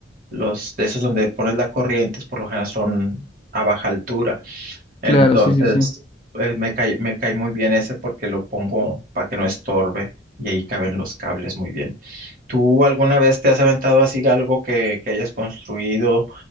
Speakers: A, on the right; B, on the left.
A: los de esos donde pones la corriente por lo general son a baja altura. Entonces,
B: claro, sí, sí, sí.
A: eh, me cae, me cae muy bien ese porque lo pongo para que no estorbe y ahí caben los cables muy bien. ¿Tú alguna vez te has aventado así algo que, que hayas construido